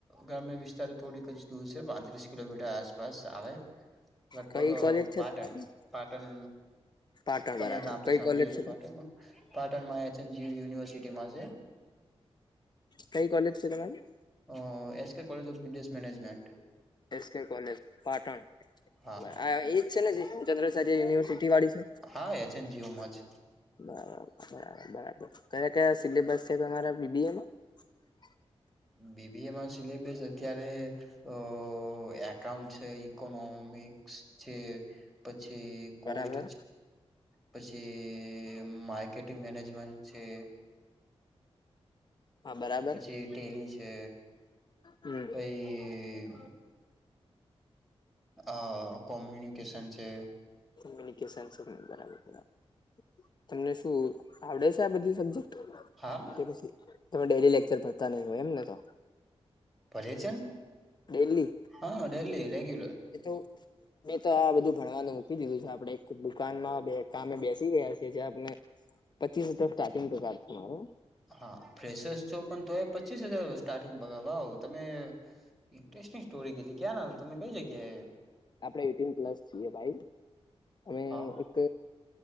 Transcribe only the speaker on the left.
કઈ
કોલેજ છે
તમારી
પાટણ
બરાબર
કઈ
કોલેજ
છે
કઈ કોલેજ છે તમારી.
S K college Patan.
આ એજ છે ને જે ચંદ્રાચાર્ય યુનિવર્સિટી વાળી છે?
<inaudible>
બરાબર બરાબર બરાબર. કયા કયા સિલેબસ છે તમારા બીબીએમાં? <inaudible>
બરાબર
હા બરાબર
હમ
કોમ્યુનિકેશન બરાબર. તમને શું આવડે છે આ બધી સબ્જેક્ટ
પછી તમે ડેલી લેક્ચર ભરતા નઇ હોય એમતો
ડેલી
એ તો મેં તો આ બધું ભણવાનું. કી દીધું છે આપડણે એક દુકાનમાં કામે બેસી ગયા છીએ જે આપણે પચીસ હજાર સ્ટાર્ટિગ તો કાર છે મારો.
આપડે એટીન પ્લસ છીએ ભાઈ અમે
એક